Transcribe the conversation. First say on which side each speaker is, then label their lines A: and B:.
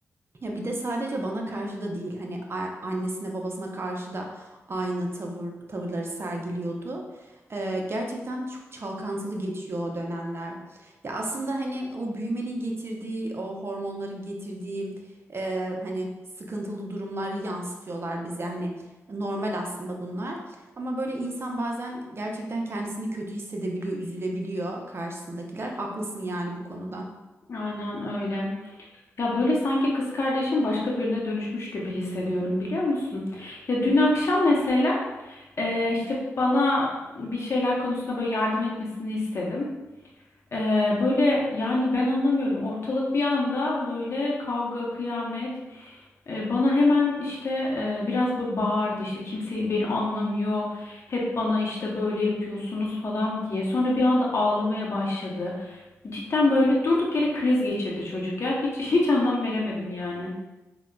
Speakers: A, on the right (about 45°); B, on the left (about 50°).
A: Ya bir de sadece bana karşı da değil hani a- annesine babasına karşı da aynı tavır tavırları sergiliyordu. Ee, gerçekten çok çalkantılı geçiyor o dönemler. Ya aslında hani o büyümenin getirdiği o hormonların getirdiği e, hani sıkıntılı durumları yansıtıyorlar bize hani normal aslında bunlar. Ama böyle insan bazen gerçekten kendisini kötü hissedebiliyor, üzülebiliyor karşısındakiler. Haklısın yani bu konuda.
B: Aynen öyle. Ya böyle sanki kız kardeşim başka birine dönüşmüş gibi hissediyorum biliyor musun? Ya dün akşam mesela e, işte bana bir şeyler konusunda böyle yardım etmesini istedim. Ee, böyle yani ben anlamıyorum. Ortalık bir anda böyle kavga, kıyamet. Ee, bana hemen işte e, biraz böyle bağırdı işte kimse beni anlamıyor. Hep bana işte böyle yapıyorsunuz falan diye. Sonra bir anda ağlamaya başladı. Cidden böyle durduk yere kriz geçirdi çocuk ya. Hiç <laughs> hiç anlam veremedim yani.